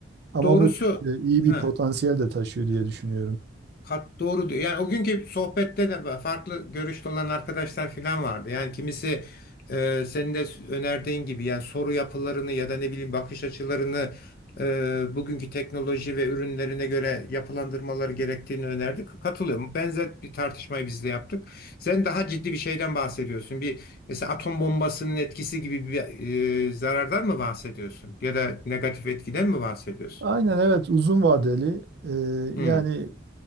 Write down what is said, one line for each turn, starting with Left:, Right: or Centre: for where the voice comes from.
Right: Ama
Left: Doğrusu
Right: bu e, iyi bir
Left: heh,
Right: potansiyel de taşıyor diye düşünüyorum.
Left: Kat doğru diyor. Yani o günkü sohbette de farklı görüşte olan arkadaşlar falan vardı. Yani kimisi e, senin de önerdiğin gibi yani soru yapılarını ya da ne bileyim bakış açılarını e, bugünkü teknoloji ve ürünlerine göre yapılandırmaları gerektiğini önerdi. Katılıyorum. Benzer bir tartışmayı biz de yaptık. Sen daha ciddi bir şeyden bahsediyorsun. Bir mesela atom bombasının etkisi gibi bir e, zarardan mı bahsediyorsun? Ya da negatif etkiden mi bahsediyorsun?
Right: Aynen evet uzun vadeli e,
Left: Hmm,
Right: yani